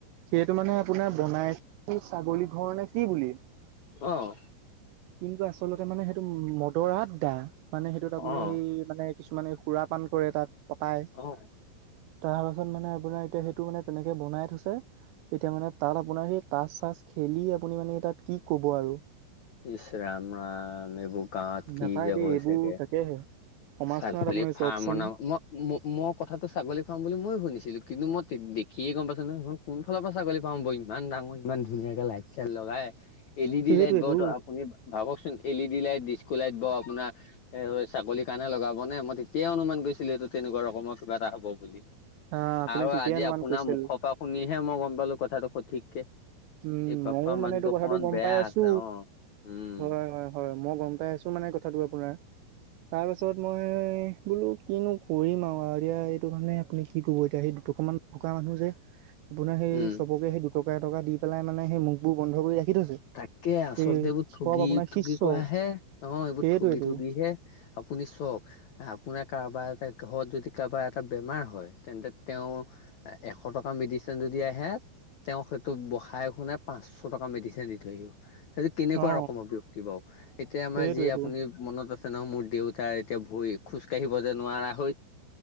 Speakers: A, on the right; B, on the left.
A: যিহেতু মানে আপোনাৰ বনাই ছাগলী ঘৰ নে কি বুলি?
B: অ',
A: কিন্তু আচলতে মানে সেইটো মদৰ আড্ডা। মানে সেইটোত আপুনি
B: অ
A: সেই মানে কিছুমানে সুৰা পান কৰে তাত পতাই।
B: অ',
A: তাৰপাছত মানে আপোনাৰ এতিয়া সেইটো মানে তেনেকে বনাই থৈছে। এতিয়া মানে তাত আপোনাৰ সেই তাচ-চাচ খেলি আপুনি মানে তাত কি ক'ব আৰু।
B: ইচ ৰাম-ৰাম এইবোৰ গাঁৱত
A: নাপায়
B: কি যে
A: দেই
B: হৈছেগে।
A: এইবোৰ তাকেহে সমাজখনত
B: চাল বুলি
A: আপুনি
B: ফাৰ্ম
A: চাওকচোন
B: নাম মই ম মই কথাটো ছাগলী ফাৰ্ম বুলি ময়ো শুনিছিলো কিন্তু মই দেখিয়ে গম পাইছো নহয় হে কোনফালৰ পৰা ছাগলী ফ্ৰম হ'ব‌ ইমান ডাঙৰ ইমান ধুনীয়াকে লাইট চাইট লগাই। এল ই ডি
A: সেইটোৱেতো
B: লাইট ব আপুনি ভাবকচোন L E D light, disk light ব আপোনাৰ এ ছাগলী কাৰণে লগাব নে মই তেতিয়াই অনুমান কৰিছিলো এইটো তেনেকুৱা ৰকমৰ কিবা এটা হ'ব বুলি।
A: আহ আপুনি
B: আৰু
A: ঠিকেই
B: আজি
A: অনুমান
B: আপোনাৰ
A: কৰিছিল
B: মুখৰ পৰা শুনিহে মই গম পালো কথাটো সঠিককে।
A: উম,
B: এই পাপা
A: ময়ও
B: মানুহটো
A: মানে এইটো
B: অকমান
A: কথাটো গম
B: বেয়া
A: পাই আছো,
B: আছে অ উম
A: হয় হয়। হয়, মই গম পাই আছো মানে কথাটো আপোনাৰ। তাৰপিছত মই বোলো কিনো কৰিম আও আৰিয়া এতিয়া এইটো কাৰণে আপুনি কি ক'ব এতিয়া সেই দুটকা মান। থকা মানুহ যে। আপোনাৰ সেই
B: উম
A: চবকে সেই দুটকা এটকা দি পেলাই মানে সেই মুখ বোৰ বন্ধ কৰি ৰাখি থৈছে।
B: তাকে আচলতে
A: এই
B: এইবোৰ ঠগি,
A: চব আপোনাৰ শিষ্য
B: ঠগি কৰা হে অ' এইবোৰ
A: সেইটোৱেটো
B: ঠগি ঠগিহে। আপুনি চওক। আপোনাৰ কাৰোবাৰ এটা ঘৰত যদি কাৰোবাৰ এটা বেমাৰ হয় তেন্তে তেওঁ। এশ টকা মেডিচিন যদি আহে তেওঁক সেইটো বহাই শুনোই পাঁচশ টকা মেডিচিন দি। সেইটো কেনেকুৱা
A: অ
B: ৰকমৰ ব্যক্তি বাও এতিয়া
A: সেইটোৱেটো
B: আমাৰ যি আপুনি। মনত আছে নহয়, মোৰ দেউতাৰ এতিয়া ভৰি খোজ কাঢ়িব যে নোৱাৰা হৈ।